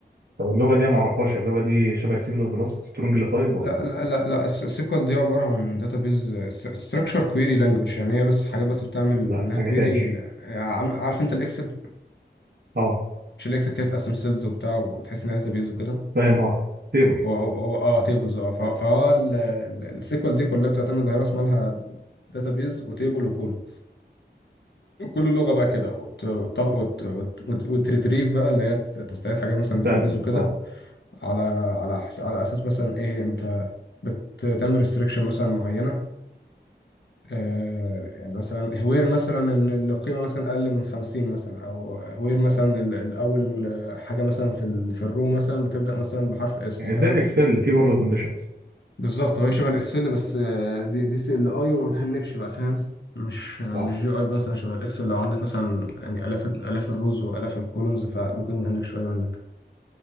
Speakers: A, on the right; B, on the left.
A: طب اللغه دي انا ما اعرفهاش اللغه دي شبه السي بلس بلس سترونج اللي طيب
B: لا
A: ولا
B: لا لا لا الس- السيكوال دي عباره عن داتابيز ستراكشر كويري لانجوج يعني هي بس حاجه بس بتعمل
A: لا
B: منها
A: دي حاجه
B: كويري
A: تاني <laughs>
B: عارف انت الاكسل
A: اه
B: مش الاكسل كده بتقسم سيلز وبتاع وتحس ان بيز وكده
A: فاهم اه تيبل
B: هو هو هو اه تيبلز اه ف- فهو السيكوال دي كلها بتعتمد على راس مالها بيز وتيبل وكل وكل لغه بقى كده وت- وت- وت- وت- وت- وتريتريف بقى اللي هي ت- تستعيد حاجات مثلا
A: استقبل
B: من بيز وكده
A: اه
B: على على حس- على اساس مثلا ايه انت بتعمل ريستريكشن مثلا معينه آه، يعني مثلا هوير مثلا ان القيمه مثلا اقل من 50 مثلا او هوير مثلا ال- الاول حاجه مثلا في ال- في الرو مثلا بتبدا مثلا بحرف اس
A: يعني
B: فاهم
A: زي الاكسل اللي فيه برضه كونديشنز
B: بالظبط هو شبه الاكسل بس آه، دي دي سي ال اي وما بتهنكش بقى فاهم مش مش
A: اه
B: جي اي مثلا شبه الاكسل لو عندك مثلا يعني الاف الاف الروز والاف الكولومز فممكن نهنك شويه منك